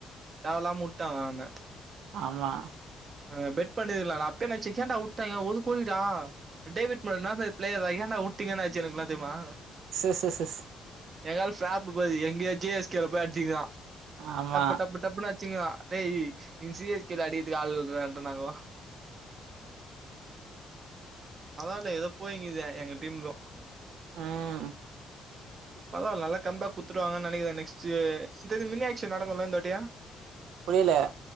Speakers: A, on the right (about 45°); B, on the right (about 80°).
A: தேவ இல்லாம வுட்டாங்க அவன
B: ஆமா
A: ஆ பெட் பண்ணிரல நா அப்பயே நெனச்சே ஏன்டா உட்டாங்க ஒரு கோடி டா டேவிட் மாரிலா ப்ளேயர் ஏன்டா உட்டீங்கன் ஆச்சு எனக்குலாம் தெரியுமா
B: ச ச ச ஷ்
A: எங் ஆள் <unintelligible> பாரு எங்யோ சி எஸ் கே ல போய் அடுச்சீன்ங்களா
B: ஆமா
A: டப்பு டப்பு டப்புன்னு அடிச்சினு இருக்கான் டேய் இங்க சி எஸ் கேல அடிக்கதுக் ஆள் இலன்றாங்கோ பரவால்ல ஏதோ போயினுக்குது எங்க டீமூக்கும்
B: ம்
A: பரவால்ல நல்ல கம் பேக் குத்துருவாங் நெனைக்குறேன் நெக்ஸ்ட் எனக் தெரிஞ்சி மினி ஆக்ஷன் நடக்குல இந்தாட்டியு
B: புரியல